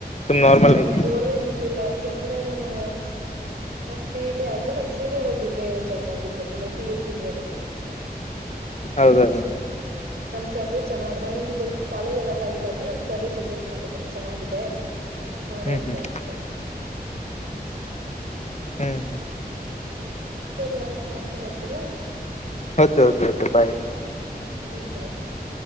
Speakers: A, on the left (about 45°); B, on the right (about 75°).
A: ಸುಮ್ ನಾರ್ಮಲ್
B: ನನ್
A: ಆಗಿ
B: ಗೋಲೇನ್ ಇರ್ಲಿಲ್ಲ ಸುಮ್ನೆ ನಾನು ಸಿ ಇ ಟಿ ಆಗ್ದ ನಮ್ ಸೀನಿಯರ್ ಒಬ್ಬ್ರ ಇಲ್ಲೇ ಜಾಯ್ನ್ ಆಗಿದ್ರು ಅಂದ್ರೆ ಪಿ ಯು ಸೀನಿಯರು
A: ಹೌದೌದು
B: ಸರ್ರು ಚೆನ್ನಾಗಿ ನನ್ಗೆ ಕಾಲೇಜ್ ಅಲಾಟ್ ಆಗಿದ್ದಾದ್ಮೇಲೆ ನಮ್ ಸರ್ರು ಸಜೆಸ್ಟ್ ಮಾಡಿದ್ರು ಚೆನ್ನಾಗಿದೆ ಮಾಡು
A: ಹ್ಮ್
B: ಅಂತ
A: ಹ್ಮ್
B: ಹೇಳ್ಬಿಟ್ಟು ಹ್ಮ್
A: ಹ್ಮ್ ಹ್ಮ್
B: ಸರಿ ಆಯ್ತು ಮತ್ತೆ ಮಾಡ್ತೀರಾ
A: ಓಕೆ ಓಕೆ ಓಕೆ ಬಾಯ್
B: ಹ್ಮ್ ಆಯ್ತು ಬಾಯ್